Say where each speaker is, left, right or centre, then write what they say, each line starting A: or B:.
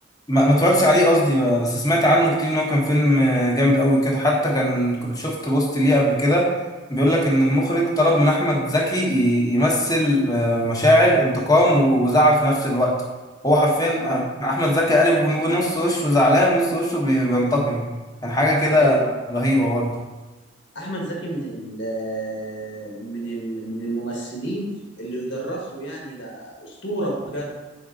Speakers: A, on the left; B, on the left.
A: ما ما اتفرجتش عليه قصدي بقى، بس سمعت عنه كتير ان هو كان فيلم آه، جامد قوي كده حتى كان كنت شفت بوست ليه قبل كده بيقول لك ان المخرج طلب من احمد زكي ي- يمثل آه، مشاعر انتقام و- وزعل في نفس الوقت هو حرفيا
B: اه
A: آه، احمد زكي قالب ون- ونص وشه زعلان ونص وشه بي- بينتقم كان حاجة كده
B: ايوه
A: رهيبة برضه
B: احمد زكي من ال آه، من ال من الممثلين اللي يدرسوا يعني ده اسطورة بجد